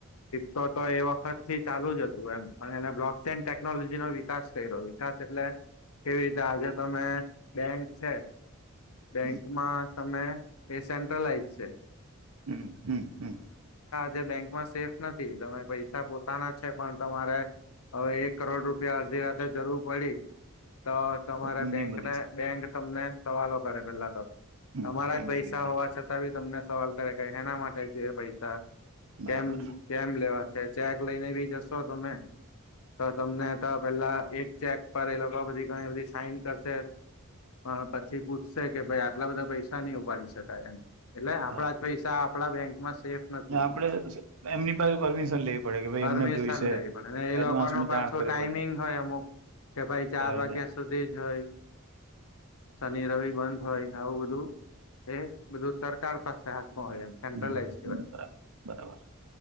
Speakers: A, on the left; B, on the right.
A: તો તો એ વખત થી ચાલુ જ હતું એમ અને એને બ્લોક ચેન ટેકનોલોજી નો વિકાસ થઈ રહ્યો વિકાસ એટલે કેવી રીતે આજે તમે બેંક છે બેંકમાં
B: હમ
A: તમે એ સેન્ટ્રલાઈઝ છે.
B: હમ હમ હમ.
A: જે બેંકમાં સેફ નથી તમે પૈસા પોતાના છે પણ તમારે હવે એક કરોડ રૂપિયા અડધી રાતે જરૂર પડી તો તમારે
B: નહી
A: બેંકને
B: મળી શકે
A: બેંક તમને સવાલો કરે પેલા તો
B: હમ
A: અમારા
B: કેમ્પ
A: જ પૈસા
B: જોઈને
A: હોવા છતાં બી તમને સવાલ કરે કે હેના માટે જોઈએ પૈસા.
B: બરાબર
A: કેમ કેમ લેવા છે. ચેક લઈને બી જશો તમે તો તમને તો પેલા એક ચેક પર એલો બધી ઘણી બધી સાઈન કરશે પણ પછી પૂછશે કે ભાઈ આટલા બધા પૈસા નહી ઉપાડી શકાય એમ એટલે આપડા
B: બરાબર
A: જ પૈસા આપડા બેંક સેફ નથી
B: આપડે એમની પાસે પરમિશન લેવી પડે કે ભાઈ
A: પરમિશન
B: એમને જોઈશે
A: લઈ
B: એમ.
A: પડે એ
B: એડવાન્સમાં
A: લોકો પાછો
B: જાણ કરવી
A: ટાઈમિંગ
B: પડે ને
A: હોય અમુક કે ભાઈ ચાર
B: ત્યારે
A: વાગ્યા
B: જ
A: સુધી જ હોય શનિ રવિ બંધ હોય આવું બધું એ બધું સરકાર પાસે હોય એમ સે્ટલ
B: હમ
A: એસી હોય
B: બરાબર બરાબર